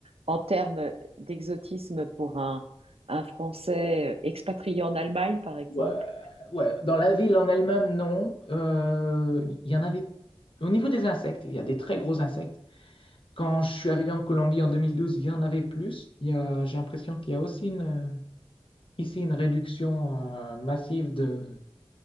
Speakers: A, on the right; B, on the left.
A: en termes d'exotisme pour un un Français euh, expatrié en Allemagne, par exemple.
B: Ouais, ouais. Dans la ville en elle-même, non. Euh, Il y en avait. Au niveau des insectes, il y a des très gros insectes. Quand je suis arrivé en Colombie en 2012, il y en avait plus. Il y a, j'ai l'impression qu'il y a aussi une, euh, ici une réduction euh, massive de,